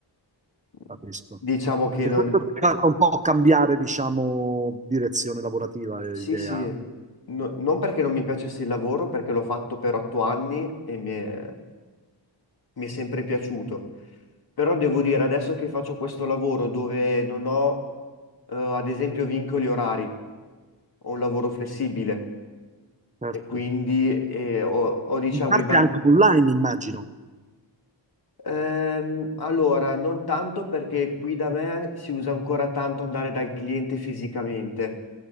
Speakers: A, on the left (about 55°); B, on the right (about 15°).
A: mhmm,
B: Capisco.
A: diciamo che
B: E
A: non,
B: questo ti fa un po' cambiare, diciamo, direzione lavorativa e
A: Sì,
B: idea.
A: sì, No- non perché non mi piacesse il lavoro, perché l'ho fatto per otto anni e mi è, mi è sempre piaciuto. Però devo dire, adesso che faccio questo lavoro dove non ho, eh, ad esempio, vincoli orari, ho un lavoro flessibile
B: Certo.
A: e quindi eh, ho, ho, diciamo,
B: In parte
A: i van-
B: anche online, immagino.
A: Ehm, allora, non tanto perché qui da me si usa ancora tanto andare dal cliente fisicamente,